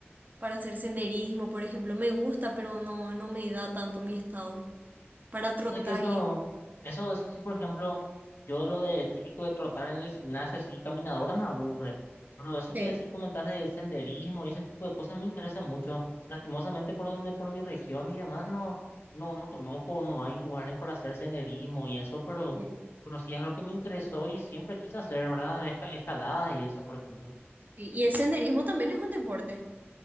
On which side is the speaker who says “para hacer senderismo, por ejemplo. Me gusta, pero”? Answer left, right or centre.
Right